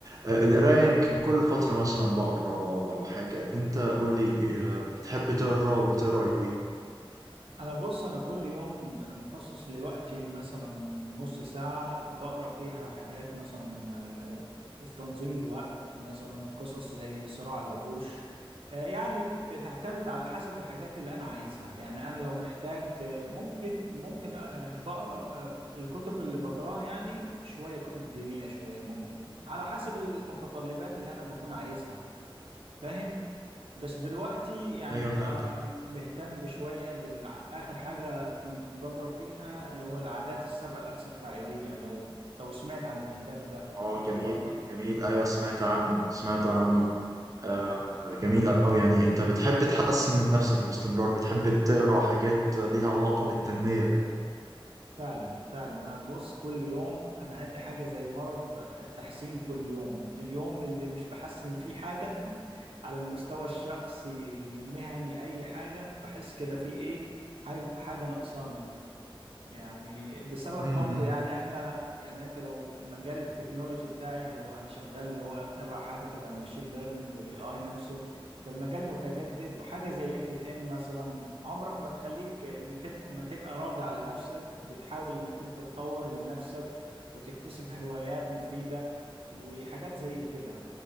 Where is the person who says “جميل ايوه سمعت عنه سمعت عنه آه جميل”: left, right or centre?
Right